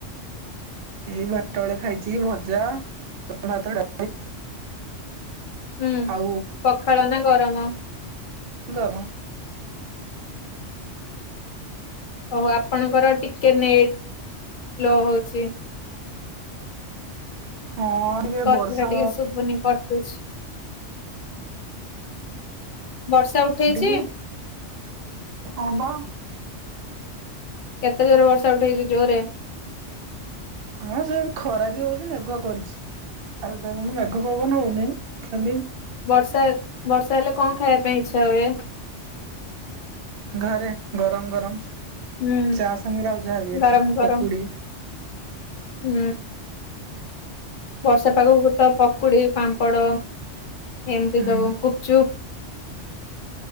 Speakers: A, on the right; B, on the left.
A: ଏଇ ବାରଟା ବେଳେ ଖାଇଛି ଭଜା। <unintelligible>
B: ହୁଁ।
A: ଆଉ
B: ପଖାଳ ନା ଗରମ?
A: ଗରମ।
B: ଓହୋ ଆପଣଙ୍କର ଟିକେ ନେଟ୍ ସ୍ଲୋ ହଉଛି।
A: ହଁ ଟିକେ
B: କଥା
A: ବର୍ଷା
B: ଟା ଟିକେ ଶୁଭୁନି କଟୁଛି ବର୍ଷା ଉଠେଇଚି?
A: ଟିକେ ହଁ ବା।
B: କେତେ ଜୋରେ ବର୍ଷା ଉଠେଇଚି, ଜୋରେ?
A: ହଁ ସେ ଖରା ବି ହଉଚି, ମେଘୁଆ କରିଛି। ଆ <unintelligible> ମେଘ ପବନ ହଉନି ଖାଲି
B: ବର୍ଷା-ବର୍ଷା ହେଲେ କଣ ଖାଇବା ପାଇଁ ଇଚ୍ଛା ହୁଏ?
A: ଘରେ ଗରମ୍-ଗରମ୍
B: ହୁଁ।
A: ଚା ସାଙ୍ଗରେ ଆଉ ଯାହା ବି
B: ଗରମ
A: ହେଲେ
B: ଗରମ
A: ପକୁଡି।
B: ହୁଁ। ବର୍ଷା ପାଖକୁ ତ ପକୁଡି, ପାମ୍ପଡ ଏମ୍ତି
A: ହୁଁ
B: ସବୁ ଗୁପଚୁପ୍।